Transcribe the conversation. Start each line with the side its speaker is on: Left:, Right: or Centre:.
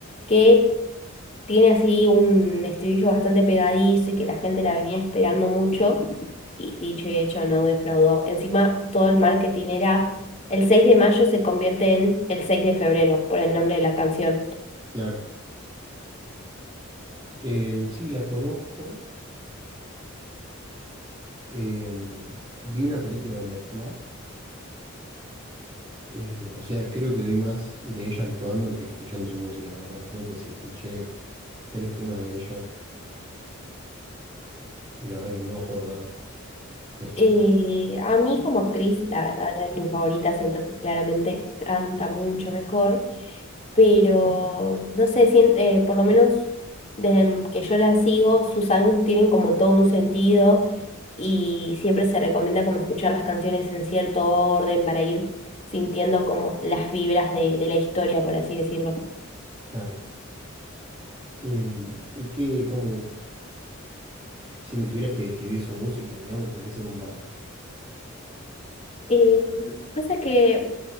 Left: que tiene así un estribillo bastante pegadizo y que la gente la venía esperando mucho y dicho y hecho no defraudó. Encima, todo el marketing era el 6 de mayo se convierte en el 6 de febrero por el nombre de la canción.
Right: Claro. Eh, sí, la conozco. Eh, vi una película donde actúa. Eh, o sea, creo que vi más de ella actuando que escuchando su música, la verdad. Creo que sí escuché tres temas de ella y la verdad que no me acuerdo nada de sus
Left: Y
Right: temas.
Left: a mí como actriz, la verdad, no es mi favorita, siento que claramente canta mucho mejor, pero no sé, sien- eh, por lo menos desde que yo la sigo, sus álbumes tienen como todo un sentido y siempre se recomienda como escuchar las canciones en cierto orden para ir sintiendo como las vibras de, de la historia, por así decirlo.
Right: Claro. Eh, y qué como, si me tuvieras que describir su música, digamos, ¿a qué se compara?
Left: Eh, pasa que